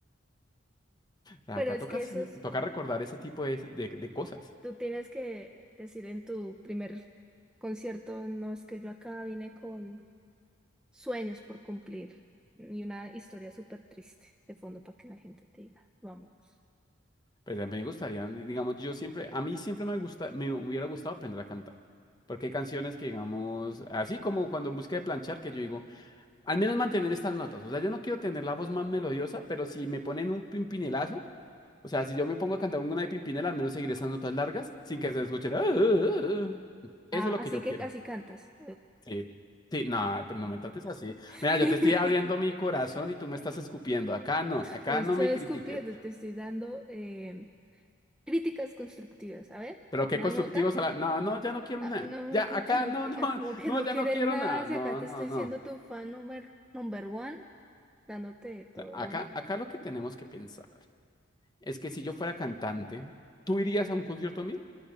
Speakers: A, on the left; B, in the centre.
A: Acá
B: Pero es
A: tocas,
B: que eso es,
A: toca recordar ese tipo de, de de cosas.
B: tú tienes que decir en tu primer concierto, no es que yo acá vine con sueños por cumplir y una historia súper triste de fondo para que la gente te diga, vámonos.
A: Pues a mí me gustaría, digamos, yo siempre, a mí siempre me gusta, me hubiera gustado aprender a cantar. Porque hay canciones que, digamos, así como cuando música de planchar, que yo digo, al menos mantener estas notas. O sea, yo no quiero tener la voz más melodiosa, pero si me ponen un pimpinelazo, o sea, si yo me pongo a cantar una de Pimpinela, al menos seguir esas notas largas sin que se escuchen. "Ah, ah, ah".
B: Ah,
A: Eso es lo
B: así
A: que yo
B: que
A: quiero.
B: así cantas.
A: Sí. Sí, no, pero no me trates así.
B: <laughs>
A: Mira, yo te estoy abriendo mi corazón y tú me estás escupiendo. Acá no, acá
B: Estoy
A: no me
B: escupiendo,
A: critiques.
B: te estoy dando eh, críticas constructivas. A ver,
A: Pero qué
B: una
A: constructivos
B: nota.
A: a la... No, no, ya no quiero
B: Ah,
A: nada.
B: no,
A: Ya,
B: como
A: acá,
B: que no,
A: no,
B: que-
A: no,
B: ah,
A: <laughs>
B: como que
A: no,
B: no
A: ya
B: quieres
A: no quiero
B: nada,
A: nada.
B: si
A: No,
B: acá te
A: no,
B: estoy
A: no.
B: siendo tu fan number, number one, dándote todo
A: Acá, acá lo que tenemos que pensar es que si yo fuera cantante, ¿tú irías a un concierto mío?